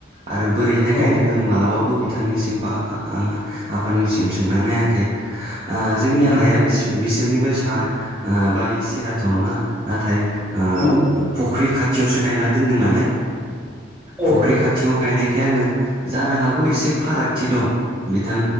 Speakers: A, on the right; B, in the centre.
A: आरो बोरैहाय
B: औ
A: गायदों आं मालाबाबो बिथांनिसिम बा आं आफानिसिम सोंना नायाखै। आ जोंनि
B: नंगौ
A: हाया बिसो-बिसोरनिफ्राय सा आ बालि सिराथ' नङा। नाथाय आ
B: नंगौ
A: फुख्रि खाथियावसो गायना दोनदों नालाय
B: औ
A: फुख्रि खाथियाव गायनायखाय आङो जानो हागौ एसे फारागथि दं। बिथां